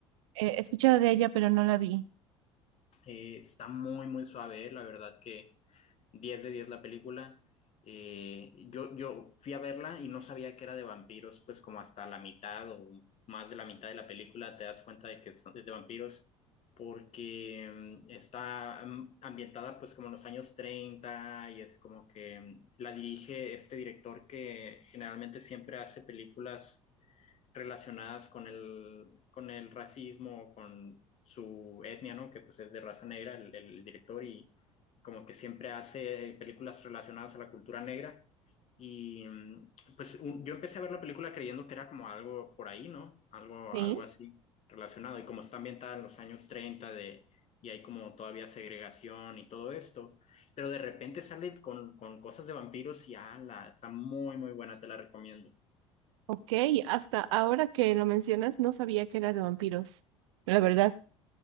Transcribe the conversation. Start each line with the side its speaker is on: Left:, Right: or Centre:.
Right: Eh, he escuchado de ella, pero no la vi.
Left: Eh, está muy, muy suave, la verdad que. diez de diez la película. Eh, yo, yo fui a verla y no sabía que era de vampiros, pues como hasta la mitad o más de la mitad de la película te das cuenta de que es es de vampiros, porque mm, está mm, ambientada pues como en los años 30 y es como que mm, la dirige este director que generalmente siempre hace películas relacionadas con el, con el racismo, con su etnia, ¿no? Que pues es de raza negra, el, el director, y como que siempre hace películas relacionadas a la cultura negra. Y mm, pues un- yo empecé a ver la película creyendo que era como algo por ahí, ¿no? Algo,
Right: Sí.
Left: algo así relacionado. Y como está ambientada en los años 30 de, y hay como todavía segregación y todo esto, pero de repente sale con, con cosas de vampiros y ala, está muy, muy buena, te la recomiendo.
Right: Ok, hasta ahora que lo mencionas, no sabía que era de vampiros. La verdad.